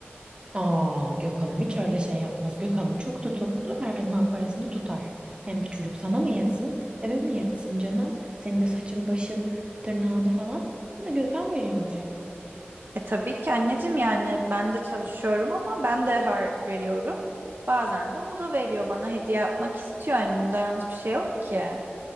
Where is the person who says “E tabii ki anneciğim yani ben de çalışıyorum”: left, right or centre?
Right